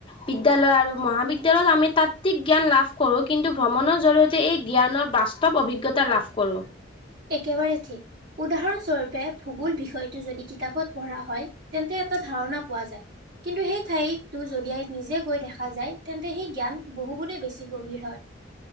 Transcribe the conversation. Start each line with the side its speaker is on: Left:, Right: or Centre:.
Left: বিদ্যালয় আৰু মহাবিদ্যালয়ত আমি তাত্ত্বিক জ্ঞান লাভ কৰোঁ কিন্তু ভ্ৰমণৰ জৰিয়তে এই জ্ঞানৰ বা স্তৱ অভিজ্ঞতা লাভ কৰোঁ।
Right: একেবাৰে ঠিক উদাহৰণ স্বৰূপে ভূগোল বিষয়টো যদি কিতাপত পঢ়া হয় তেন্তে এটা ধাৰণা পোৱা যায়। কিন্তু সেই ঠাইতো যদি আই নিজে গৈ দেখা যায় তেন্তে সেই জ্ঞান বহু গুনে বেছি গভীৰ হয়।